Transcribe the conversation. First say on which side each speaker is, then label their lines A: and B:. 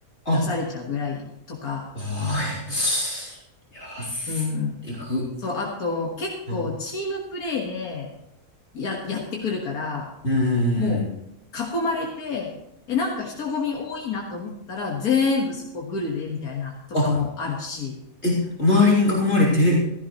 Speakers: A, on the left; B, on the left.
A: あ
B: 出されちゃうぐらいとか、
A: あーいやー、す行く。
B: うん。そう、あと、結構チームプレイで
A: うん。
B: や、やってくるから、
A: うん。うんうん
B: もう囲まれて、え、なんか人混み多いなと思ったら、全部そこグルで、みたいなとかもあるし、
A: あ、え、周りに囲まれて、